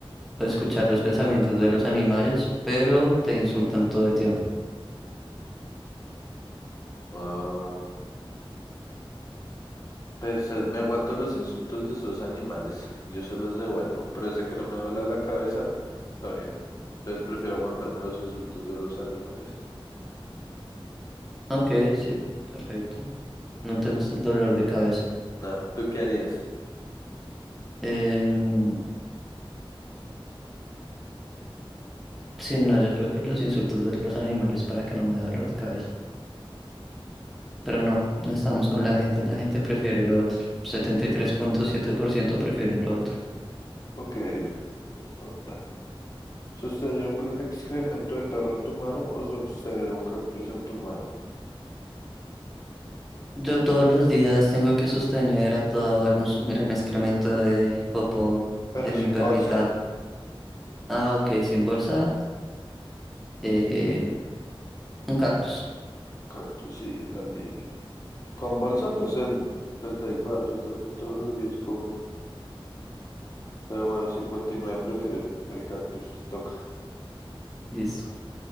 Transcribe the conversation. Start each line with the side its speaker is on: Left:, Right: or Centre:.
Centre: o escuchar los pensamientos de los animales, pero te insultan todo el tiempo.
Left: Ah, pues eh, me aguanto los insultos de esos animales, yo se los devuelvo, pero desde que no me duela la cabeza, está bien. Entonces prefiero aguantarme los insultos de los animales.
Centre: Ok, sí, perfecto. No te gusta el dolor de cabeza.
Left: No, ¿tú qué harías?
Centre: Em, sí, no, yo creo que los insultos de los animales para que no me dé dolor de cabeza. Pero no, no estamos con la gente. La gente prefiere lo otro. Setenta y tres punto siete por ciento prefieren lo otro.
Left: Ok, no importa. Sostener un gran excremento de perro en tu mano o sostener un cactus en tu mano,
Centre: Yo todos los días tengo que sostener a toda hora un, <laughs> un gran excremento de popó
Left: pero
Centre: de
Left: sin
Centre: mi perrita.
Left: bolsa.
Centre: Ah, ok, sin bolsa. em, un cactus.
Left: Cactus, sí, yo también. Con bolsa, pues el, pues da igual, yo también todos los días cojo. Pero bueno, 59 prefiere el, el cactus, te toca.
Centre: Listo.